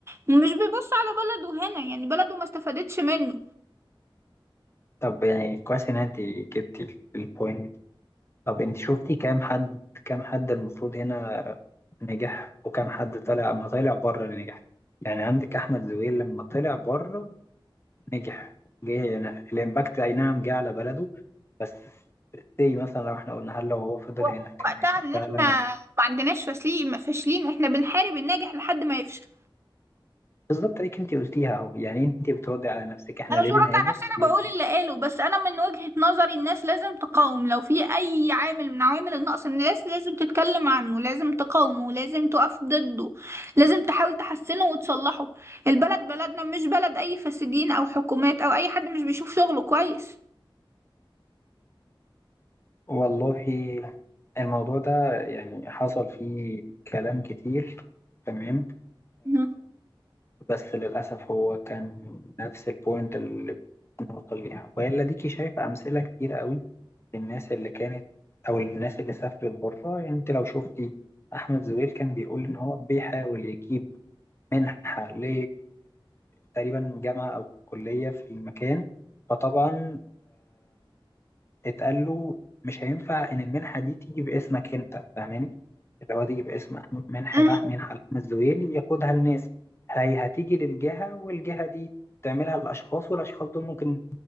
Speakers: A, on the right (about 30°); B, on the left (about 30°).
A: مش بيبص على بلده هنا يعني بلده ما استفادتش منه
B: طب يعني كويس ان انت جبتي البوينت طب انت شفتي كام حد كام حد المفروض هنا نجح وكام حد طلع اما طلع بره اللي نجح يعني عندك احمد زويل لما طلع بره نجح جه يعني الإمباكت أي نعم جه على بلده بس زي مثلا لو احنا قلنا هل لو هو فضل
A: و-
B: هنا كان
A: وقتها
B: هيبقى
A: ان
B: فعلا
A: احنا ما عندناش فاشلين فاشلين احنا بنحارب الناجح لحد ما يفشل
B: بالظبط اللي انت قلتيها اهو يعني انت بتردي على نفسك احنا
A: انا
B: ليه
A: مش برد
B: بنهاجر
A: على نفسي انا
B: ليه
A: بقول
B: بنهاجر؟
A: اللي قاله بس انا من وجهة نظري الناس لازم تقاوم لو في اي عامل من عوامل النقص الناس لازم تتكلم عنه لازم تقاومه لازم تقف ضده لازم تحاول تحسنه وتصلحه البلد بلدنا مش بلد اي فاسدين او حكومات او اي حد مش بيشوف شغله كويس
B: والله الموضوع ده يعني حصل فيه كلام كتير تمام
A: مهم.
B: بس للأسف هو كان نفس البوينت اللي بنوصل ليها وإلا ديكي شايف أمثلة كتير قوي للناس اللي كانت أو الناس اللي سافرت بره يعني أنت لو شفتي أحمد زويل كان بيقول إن هو بيحاول يجيب منحة ل تقريبا جامعة أو كلية في المكان فطبعا اتقال له مش هينفع ان المنحه دي تيجي باسمك انت فاهماني اللي هو تيجي باسم أحمد منحي
A: فهم.
B: راح منحه لحم الزويل ياخدها لناس هي هتيجي للجهه والجهه دي تعملها للاشخاص والاشخاص دول ممكن